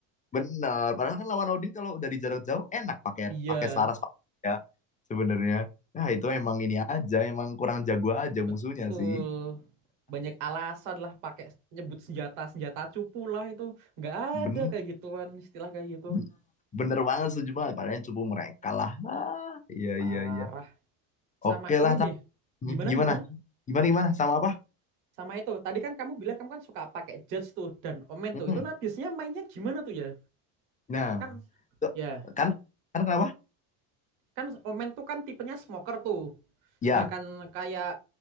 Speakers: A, on the left; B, on the right.
A: bener. Padahal kan lawan Odin kalau dari jarak jauh enak pakai
B: Iya,
A: pakai Saras pakai ya sebenarnya. Nah itu
B: Pak.
A: emang ini aja emang kurang jago aja musuhnya
B: betul.
A: sih.
B: Banyak alasan lah pakai nyebut senjata senjata cupu lah itu. Nggak
A: Ben
B: ada kayak gituan istilah kayak gitu.
A: ben- bener banget setuju banget. Padahal yang cupu mereka lah. Ah, iya
B: Parah.
A: iya iya.
B: Sama
A: Oke
B: ini
A: lah.
B: nih.
A: Hmm,
B: Gimana
A: gimana?
B: gimana?
A: Gimana gimana? Sama apa?
B: Sama itu. Tadi kan kamu bilang kamu kan suka pakai judge tuh dan omen tuh.
A: Hmm.
B: Itu nah biasanya mainnya gimana tuh ya?
A: Nah,
B: kan
A: tuh,
B: ya
A: kan kan kenapa?
B: kan omen tuh kan tipenya smoker tuh
A: Ya.
B: sedangkan kayak